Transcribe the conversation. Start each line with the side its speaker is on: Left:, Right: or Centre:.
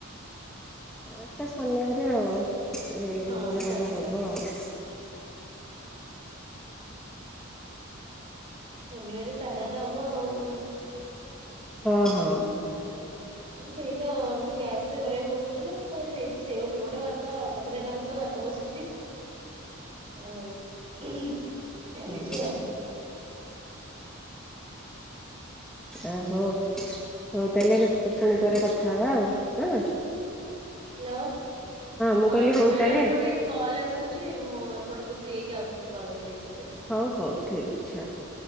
Centre: ହଁ ଏଇ ଶନିବରେ ଆଉ
Right: ହଁ
Centre: ଉପରେ
Right: ଶନିବାରେ
Centre: ଯାହା ହବ ଆଉ।
Right: ଶନିବାର ସାଧା ତ ହବ ଆଉ
Centre: ହଁ ହଁ।
Right: ସେଇଟା ଗ୍ୟାସ ରେ କରିବାକୁ ପଡୁଛି ନା ସେଇଠି ସେ ଗୋଟେ ପଟେ ଭାତ। ପଦିଟା ନାଗର ତ ଭାତ ବସୁଛି। ଓ ଚାଲିଛି
Centre: ହଁ ହଁ
Right: ଆଉ ମୁଁ
Centre: ଆ ହଉ ହଉ ତାହେଲେ କେ ପୁଣି ପରେ କଥା ହେବା ଆଉ ହଁ।
Right: ହ୍ୟାଲୋ
Centre: ମୁଁ
Right: ହଁ
Centre: କହିଲି ହଉ
Right: ମ୍ୟାଡ଼ାମ
Centre: ତାହେଲେ
Right: ଗୋଟେ କଲ୍ ଆସୁଛି ମୁଁ ଆପଣଙ୍କୁ ଫ୍ରି ହେଇକି ଆଉଥରେ କଲ୍ କରିବି। ପଛରେ ଫ୍ରି
Centre: ହଉ ହଉ ଠିକ୍ ଅଛି ହ ହ।